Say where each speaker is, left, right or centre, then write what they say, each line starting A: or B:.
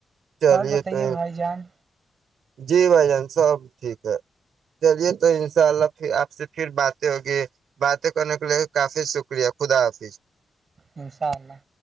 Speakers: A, on the right; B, on the right.
A: چلیے
B: اور بتائیے
A: تو
B: بھائی جان
A: جی بھائی جان سب ٹھیک ہے چلیے تو ان شاء اللہ پھر آپ سے پھر باتیں ہوگی باتیں کرنے کے لیے کافی شکریہ خدا حافظ
B: انشاءاللہ